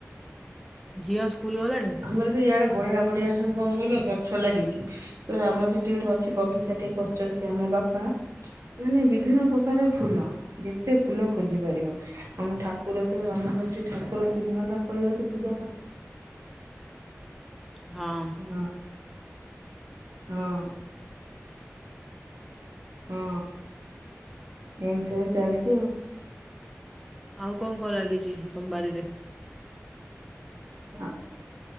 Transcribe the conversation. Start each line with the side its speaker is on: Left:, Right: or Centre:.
Centre: ଝିଅ ସ୍କୁଲ ଗଲାଣି?
Right: ଆମର ବି ଇଆଡେ ବଢିଆ ବଢିଆ ସାଙ୍ଗ କ କହିଲ ଗଛ ଲାଗିଚି। ପୁରା ଆମର ସେଠି ଗୋଟେ ଅଛି ବଗିଚା ଟିକେ କରୁଚନ୍ତି ଆମ ବାପା ମାନେ ବିଭିନ୍ନ ପ୍ରକାର ଫୁଲ ଯେତେ ଫୁଲ ଖୋଜି ପାରିବ। ଆମ ଠାକୁର ତ ଆମରଠ ଠାକୁର ତିନି ଘଣ୍ଟା ପଳେଇ ଯାଉଚି ପୂଜା କରି
Centre: ହଁ।
Right: ହଁ ହଁ। ହୁଁ। ଏମତି ସବୁ ଚାଲିଚି ଆଉ।
Centre: ଆଉ କଣ କଣ ଲାଗିଚି ତମ ବାରିରେ?
Right: ଆଉ।